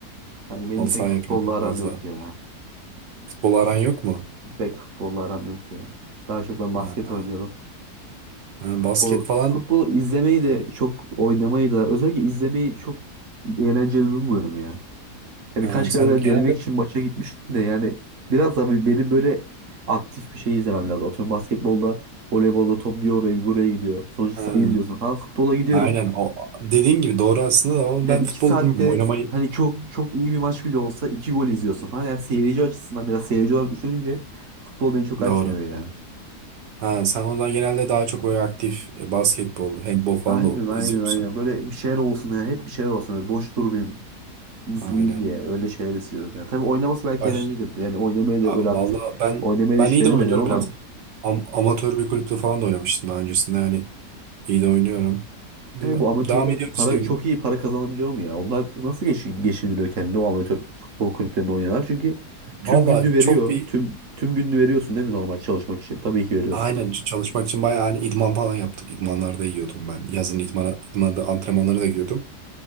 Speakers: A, on the right; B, on the right.
A: Yani benim
B: Halı saha
A: pek futbolla
B: yapıyorum çok
A: aram
B: fazla.
A: yok ya.
B: Futbol aran yok mu?
A: Pek futbolla aram yok ya. Daha çok ben basket
B: Ha,
A: oynuyorum.
B: ha,
A: Futbol,
B: basket falan.
A: futbolu izlemeyi de çok oynamayı da özellikle izlemeyi çok eğlenceli bulmuyorum ya. Ya birkaç
B: Ha, sen
A: kere böyle
B: genelde
A: denemek için maça gitmiştim de yani biraz da bir- benim böyle aktif bir şey izlemem lazım. Atıyorum basketbolda, voleybolda top bir oraya bir buraya gidiyor. Sonuçta
B: ha,
A: sayı izliyorsun falan. Futbola gidiyorum.
B: Aynen o dediğin gibi doğru aslında da ama
A: Yani
B: ben futbolu
A: iki saatte
B: bilmiyorum oynamayı
A: hani çok çok iyi bir maç bile olsa iki gol izliyorsun falan. Yani seyirci açısından biraz seyirci olarak düşününce futbol beni çok açmıyor
B: doğru.
A: yani.
B: Ha sen ondan genelde daha çok böyle aktif e, basketbol, handbol falan
A: Aynen
B: da
A: aynen
B: izliyor
A: aynen.
B: musun?
A: Böyle bir şeyler olsun ya. Hep bir şeyler olsun. Böyle boş durmayayım. izleyeyim
B: Aynen.
A: diye öyle şeyler istiyorum ya. Tabii oynaması belki
B: Baş,
A: eğlencelidir. Yani oynamayı
B: A-
A: da böyle aktif
B: vallahi ben
A: oynamayı
B: ben
A: da hiç
B: iyi
A: denemedim
B: de oynuyorum
A: ama
B: biraz. Am- amatör bir kulüpte falan da oynamıştım daha öncesinde hani iyi de oynuyorum. Bilmiyorum.
A: tabii bu amatörler
B: Devam ediyoruz
A: para
B: işte.
A: çok iyi para kazanabiliyor mu ya? Onlar nasıl geçin, geçindiriyor kendini o amatör futbol kulüplerinde oynayanlar? Çünkü
B: Vallahi
A: tüm gününü veriyor.
B: çok bir
A: Tüm tüm gününü veriyorsun değil mi normal çalışmak için? Tabii ki veriyorsun.
B: aynen ç- çalışmak için bayağı hani idman falan yaptık. İdmanlarda yiyordum ben. Yazın idmana, idmanda antrenmanlara da gidiyordum.